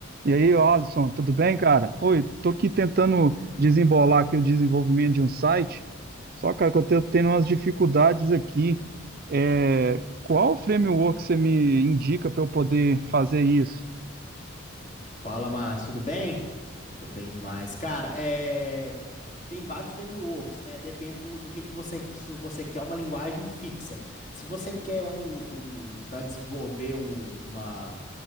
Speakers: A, on the right; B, on the left.
A: E aí, ô Alisson, tudo bem, cara? Oi, tô aqui tentando desembolar aqui o desenvolvimento de um site, só, cara, que eu tô tendo umas dificuldades aqui. É, qual framework você me indica para eu poder fazer isso?
B: Fala, Márcio, tudo bem? Tô bem demais. Cara, é... tem vários frameworks, né? Depende do, do que, que você... Se você quer uma linguagem fixa. Se você quer um... um... para desenvolver um- uma...